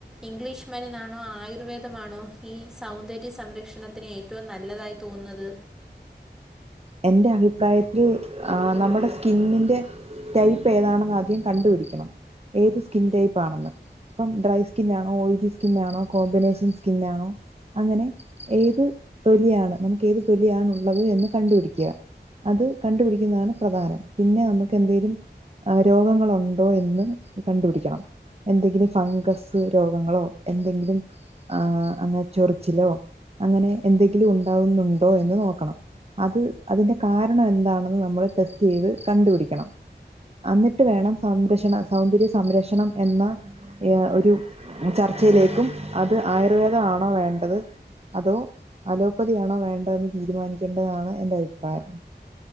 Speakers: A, in the centre; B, on the right.
A: ഇംഗ്ലീഷ് മരുന്നാണോ ആയുർവേദമാണോ ഈ സൗന്ദര്യ സംരക്ഷണത്തിന് ഏ റ്റവും നല്ലതായി തോന്നുന്നത്
B: എന്റെ അഭിപ്രായത്തിൽ നമ്മുടെ സ്കിന്നിന്റെ ടൈപ്പ് ഏതാണെന്ന് ആദ്യം കണ്ടുപിടിക്കണം ഏത് സ്കിൻ ടൈപ്പാണെന്ന് ഇപ്പം ഡ്രൈ സ്കിന്നാണോ ഓയിലി സ്കിന്നാണോ കോമ്പിനേഷൻ സ്കിന്നാണോ അങ്ങനെ ഏത് തൊലിയാണ് നമുക്ക് ഏത് തൊലിയാണുള്ളത് എന്ന് കണ്ടുപിടി ക്കാ അത് കണ്ടുപിടിക്കുന്നതാണ് പ്രധാനം പിന്നെ നമുക്ക് എന്തേലും രോഗങ്ങളുണ്ടോ എന്ന് കണ്ടുപിടിക്കണം എന്തെങ്കിലും ഫംഗസ് രോഗങ്ങളോ എന്തെങ്കിലും ആ അങ്ങനെ ചൊറിച്ചിലോ അങ്ങനെ എന്തെങ്കിലും ഉണ്ടാവുന്നുണ്ടോ എന്ന് നോക്കണം അത് അതിന്റെ കാരണം എന്താണെന്ന് നമ്മള് ടെസ്റ്റ് ചെയ്ത് കണ്ടുപിടിക്കണം എന്നിട്ട് വേണം സംരക്ഷണ സൗന്ദര്യ സംരക്ഷണം എന്ന ഒരു ചർച്ചയിലേക്കും അത് ആയുർവേദമാണോ വേണ്ടത് അതോ അലോപ്പതിയാണോ വേണ്ടതെന്ന് തീരുമാനിക്കേണ്ടതാണ് എന്റെ അഭിപ്രായം